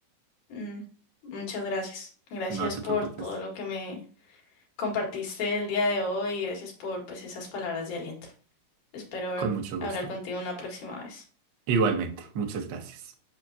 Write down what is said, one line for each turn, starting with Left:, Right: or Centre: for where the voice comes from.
Left: Mm, muchas gracias. Gracias
Right: No te
Left: por
Right: preocupes.
Left: todo lo que me compartiste el día de hoy y gracias por pues esas palabras de aliento. Espero
Right: Con mucho
Left: hablar
Right: gusto.
Left: contigo una próxima vez.
Right: Igualmente. Muchas gracias.